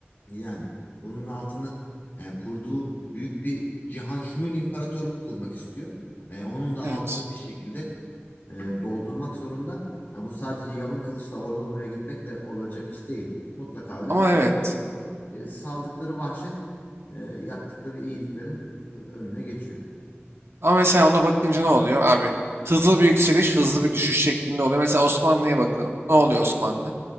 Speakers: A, on the left; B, on the right.
A: yani bunun altını e, kurduğu büyük bir cihan şumul imparatorluk kurmak istiyor. E, onun da altını
B: Evet.
A: bir şekilde e, doldurmak zorunda. Ha, bu sadece yalın kılıçla oradan oraya gitmekle olacak iş değil. Mutlaka öyledir
B: Ama
A: de
B: evet.
A: e, saldıkları vahşet e, yaptıkları iyiliklerin e, önüne geçiyor.
B: Ama mesela ona bakınca ne oluyor abi? Hızlı bir yükseliş, hızlı bir düşüş şeklinde oluyor. Mesela Osmanlı'ya bakalım. Ne oluyor Osmanlı?